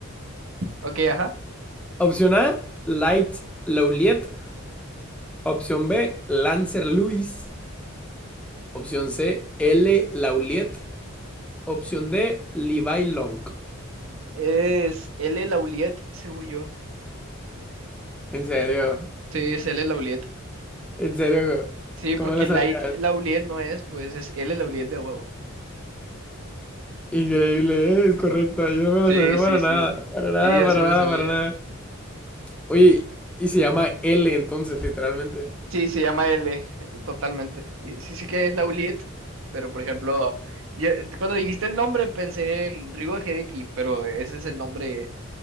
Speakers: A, on the right; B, in the centre.
A: Ok, ajá.
B: Opción A, Light Lauliet. Opción B, Lancer Lewis. Opción C, L Lauliet. Opción D, Levi Long.
A: Es L. Lauliet, según yo.
B: En serio,
A: Sí, es L. Lauliet.
B: en serio,
A: Sí,
B: ¿cómo
A: porque
B: la
A: Light
B: sabías?
A: Lauliet no es, pues es L. Lauliet de huevo.
B: Increíble, ¿eh? es correcta. Yo no me
A: Sí,
B: la sabía
A: sí,
B: para
A: sí.
B: nada, para nada,
A: Sí, yo
B: para
A: sí me
B: nada,
A: lo sabía.
B: para nada. Oye, y se llama L entonces, literalmente.
A: Sí, se llama L, eh, totalmente. Y Sí, sí que es Lauliet, pero por ejemplo, yo- cuando dijiste el nombre pensé en Ryuga Hideki, pero ese es el nombre